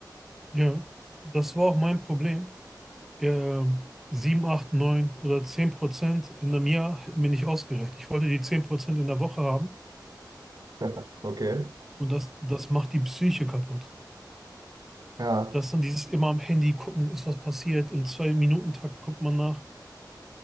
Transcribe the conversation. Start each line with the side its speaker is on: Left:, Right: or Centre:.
Centre: Ja, das war auch mein Problem. äh, 7, 8, 9 oder 10 Prozent in einem Jahr hätten mir nicht ausgereicht. Ich wollte die 10 Prozent in der Woche haben
Right: <laughs> Okay,
Centre: und das, das macht die Psyche kaputt.
Right: ja,
Centre: Dass dann dieses immer am Handy gucken, ist was passiert, im Zwei-Minuten-Takt guckt man nach.